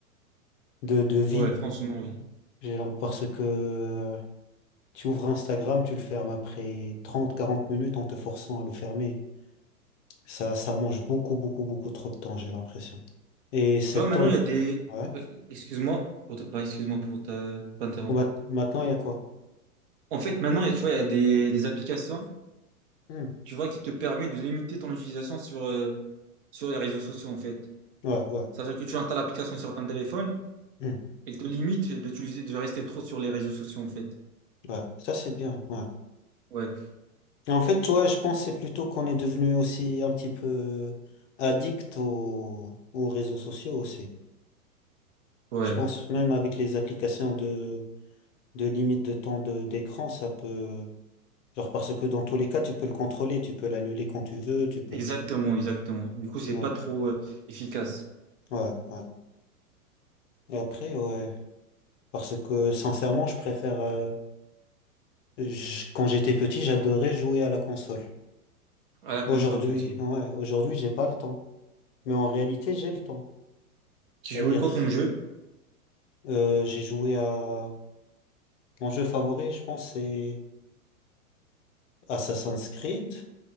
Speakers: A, on the left; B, on the right.
A: de, de vie.
B: Ouais, franchement, oui.
A: J'ai l'im- parce
B: Tu
A: que tu ouvres Instagram, tu le fermes après 30 40 minutes en te forçant à le fermer. Ça, ça mange beaucoup, beaucoup, beaucoup trop de temps, j'ai l'impression. Et cet
B: vois, maintenant,
A: temps, il
B: il y a
A: pourra.
B: des...
A: Ouais.
B: ouais, excuse-moi pour te- bah, excuse-moi pour ta- t'interrompre.
A: Ou mat- maintenant, il y a quoi?
B: En fait, maintenant, il y a- tu vois, il y a des, des applications,
A: Hmm.
B: tu vois, qui te permettent de limiter ton utilisation sur, euh, sur les réseaux sociaux, en fait.
A: Ouais, ouais.
B: C'est-à-dire que tu installes l'application sur ton téléphone
A: Hmm.
B: et elle te limite d'utiliser, de rester trop sur les réseaux sociaux, en fait.
A: Ouais. Ça, c'est bien. Ouais.
B: Ouais,
A: Et en fait, toi, je pense que c'est plutôt qu'on est devenu aussi un petit peu addict aux, aux réseaux sociaux aussi.
B: ouais,
A: Je pense même avec les applications de, de limite de temps de, d'écran, ça peut. Genre parce que dans tous les cas, tu peux le contrôler, tu peux l'annuler quand tu veux, tu peux.
B: exactement, exactement. Du coup, c'est
A: Donc,
B: pas trop, euh, efficace.
A: ouais, ouais. Et après, ouais. Parce que sincèrement, je préfère. euh, je- quand j'étais petit, j'adorais jouer à la console.
B: À la console,
A: Aujourd'hui,
B: ok.
A: ouais, aujourd'hui, j'ai pas le temps. Mais en réalité, j'ai le temps. c'est
B: Tu jouais
A: à dire,
B: quoi comme jeu?
A: euh, j'ai joué à. Mon jeu favori, je pense, c'est Assassin's Creed.